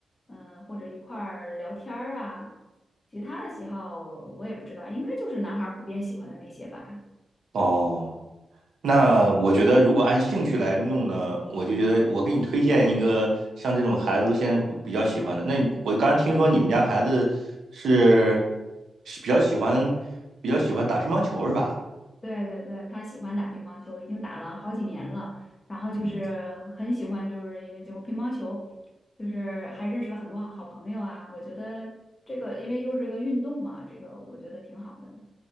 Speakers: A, on the left (about 35°); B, on the right (about 85°).
A: 嗯、或者一块儿聊天儿啊。其他的喜好我也不知道，应该就是男孩儿普遍喜欢的那些吧。
B: 哦，那我觉得如果按兴趣来弄呢，我就觉得我给你推荐一个像这种孩子都现在不比较喜欢的。那我刚才听说你们家孩子是是比较喜欢比较喜欢打乒乓球是吧？
A: 对对对，他喜欢打乒乓球，已经打了好几年了。然后就是很喜欢，
B: 嗯。
A: 就是因为就乒乓球，就是还认识了很多好朋友啊。我觉得这个因为又是一个运动嘛，这个我觉得挺好的。